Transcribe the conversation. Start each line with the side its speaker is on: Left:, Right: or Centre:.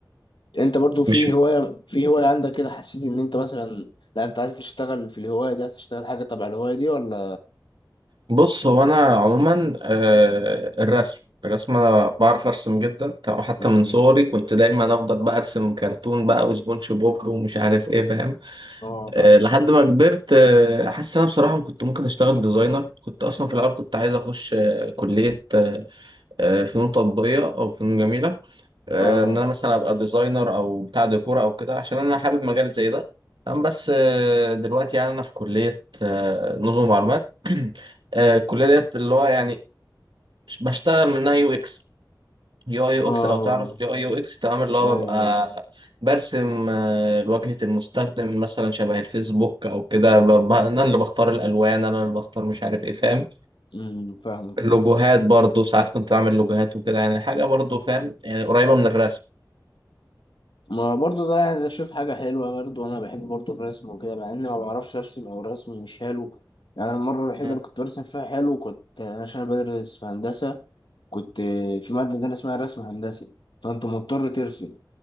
Left: انت برضو في
Right: مش
Left: هواية في هواية عندك كده حسيت ان انت مثلا لا انت عايز تشتغل في الهواية دي عايز تشتغل حاجة تبع الهواية دي ولا
Right: بص هو انا عموما آه، الرسم الرسم انا بعرف ارسم جدا تمام حتى
Left: مم.
Right: من صغري كنت دايما افضل بقى ارسم كرتون بقى وسبونج بوب ومش عارف ايه فاهم
Left: اه
Right: آه،
Left: فاهم
Right: لحد ما كبرت آه، حاسس إن انا بصراحه كنت ممكن اشتغل ديزاينر كنت اصلا في الاول كنت عايز اخش آه، كليه آه، آه، فنون تطبيقيه او فنون جميله آه،
Left: اه
Right: ان انا مثلا ابقى ديزاينر او بتاع ديكور او كده عشان انا حابب مجال زي ده تمام بس آه، دلوقتي يعني انا في كليه آه، نظم معلومات <clears throat> آه، الكليه ديت اللي هو يعني ش- بشتغل منها يو اكس يو اي يو
Left: اه
Right: اكس لو تعرف يو اي يو اكس تمام اللي هو
Left: ايوه
Right: ببقى
Left: ايوه
Right: برسم آه، واجهه المستخدم مثلا شبه الفيسبوك او كده ب- ب- انا اللي بختار الالوان انا اللي بختار مش عارف ايه فاهم
Left: امم فاهمك
Right: اللوجوهات
Left: فاهم
Right: برضو ساعات كنت بعمل لوجوهات وكده يعني حاجه برضو فاهم يعني قريبه من الرسم
Left: ما برضو ده يعني ده شوف حاجة حلوة برضو أنا بحب برضو الرسم وكده مع إني ما بعرفش أرسم أو رسمي مش حلو يعني المرة الوحيدة
Right: م.
Left: اللي كنت برسم فيها حلو كنت عشان أنا بدرس في هندسة كنت في مادة عندنا اسمها رسم هندسي فأنت مضطر ترسم